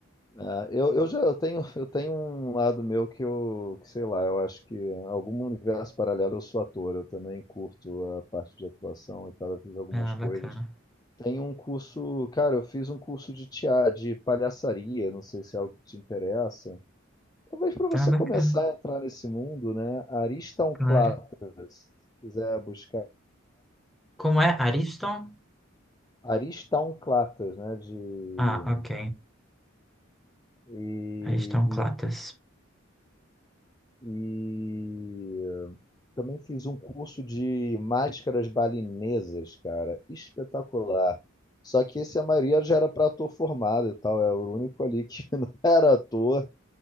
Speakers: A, on the left; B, in the centre.
A: é, eu, eu já eu tenho, eu tenho um lado meu que eu, que sei lá, eu acho que em algum universo paralelo eu sou ator. Eu também curto a parte de atuação e tal. Eu fiz algumas
B: Ah,
A: coisas.
B: bacana.
A: Tem um curso, cara, eu fiz um curso de tia, de palhaçaria, não sei se é algo que te interessa. Talvez para você
B: Ah, bacana,
A: começar a entrar nesse mundo, né? Aristonclatas,
B: claro.
A: se quiser buscar.
B: Como é? Ariston?
A: Aristonclatas, né? De,
B: Ah, ok.
A: e,
B: Ariston Clatas.
A: e, e também fiz um curso de máscaras balinesas, cara, espetacular. Só que esse a maioria já era para ator formado e tal, é o único ali que <laughs> não era ator.